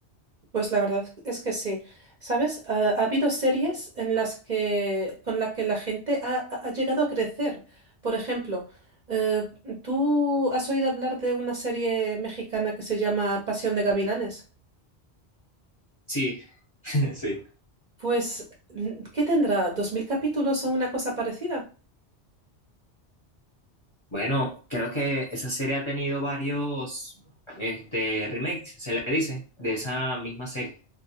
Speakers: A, on the right; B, on the left.
A: Pues la verdad es que sí. ¿Sabes? Ha, ha habido series en las que, con las que la gente ha, ha- ha llegado a crecer. Por ejemplo, eh, ¿tú has oído hablar de una serie mexicana que se llama Pasión de Gavilanes?
B: Sí, <laughs> sí.
A: Pues, mm, ¿qué tendrá? ¿Dos mil capítulos o una cosa parecida?
B: Bueno, creo que esa serie ha tenido varios este, remakes, se le dice, de esa misma serie.